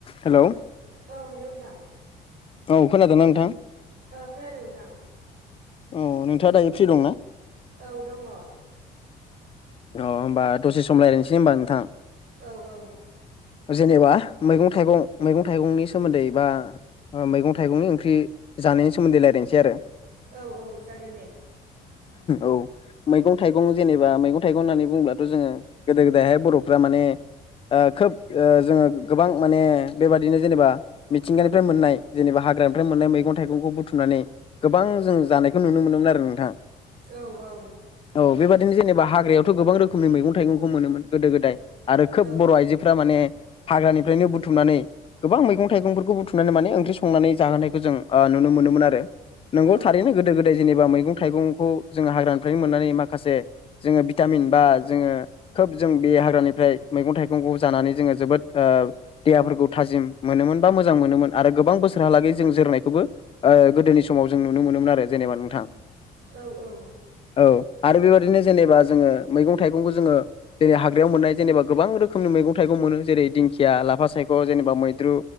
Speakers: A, on the left (about 35°); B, on the right (about 60°).
A: Hello.
B: औ hello नोंथां।
A: औ खोनादों ना नोंथां।
B: ओं खोनादों नोंथां।
A: औ नोंथाङा दायो फ्रि दंना?
B: औ दङ।
A: अ होमबा दसे सम राय्लायनोसै होनबा नोंथां।
B: औ औ।
A: ओ जेनेबा मैगं थाइगं मैगं थाइगंनि सोमोन्दै बा। ओ मैगं थाइगंनि ओंख्रि जानायनि सोमोन्दै रायलायनोसै आरो।
B: औ औ जागोन दे।
A: औ मैगं थाइगं जेनेबा मैगं। थाइगं होननानै बुंङोब्लाथ' जोङो गोदो गोदायहाय बर'फ्रा माने। ओ खोब ओ जोङो गोबां माने बेबादिनो जेनेबा। मिथिंगानिफ्राय मोननाय जेनेबा हाग्रानिफ्राय मोननाय मैगं थाइगंखौ बुथुमनानै। गोबां जों जानायखौ नुनो मोनोमोन आरो नोंथां।
B: औ औ।
A: औ बेबादिनो हाग्रायावथ' गोबां रोखोमनि मैगं मोनोमोन गोदो गोदाय। आरो खोब
B: औ
A: बर' आइजोफ्रा माने हाग्रानिफ्रायनो बुथुमनानै। गोबां मैगं थाइगंफोरखौ बुथुमनानै माने ओंख्रि संनानै जाहोनायखौ जों ओ नुनो मोनोमोन आरो। नंगौ
B: औ
A: थारैनो गोदो गोदाय जेनेबा मैगं थाइगंखौ जोङो हाग्रानिफ्रायनो मोननानै माखासे जोङो बि भिटामिन बा जोङो खोब जों बे हाग्रानिफ्राय मैगं थाइगंखौ जानानै जोङो जोबोद ओ देहाफोरखौ थाजिम मोनोमोन बा मोजां मोनोमोन आरो गोबां बोसोरहालागै जों जोरनायखौबो ओ गोदोनि समाव जों नुनो मोनोमोन आरो जेनेबा नोंथां।
B: औ औ।
A: औ आरो बेबायदिनो जेनेबा जोङो मैगं थाइगंखौ जोङो जेरै हाग्रायाव मोननाय जेनेबा गोबां रोखोमनि मैगं थाइगं मोनो जेरै दिंखिया, लाफा सायख', जेनेबा मैद्रु